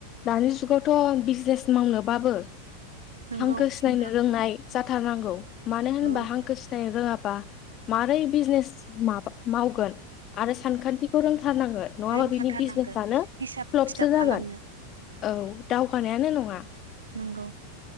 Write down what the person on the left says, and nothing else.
दानि जुगावथ' बिजनेस मावनोबाबो
हांखो सिनायनो
रोंनाय जाथारनांगौ मानो होनबा
हांखो सिनायनो रोङाबा मारै बिजनेस माबा <inaudible> मावगोन आरो सानखान्थिखौ रोंथारनांगोन नङाबा
बिनि <inaudible> बिजनेसानो
फ्लबसो
जागोन
औ दावगानायानो नङा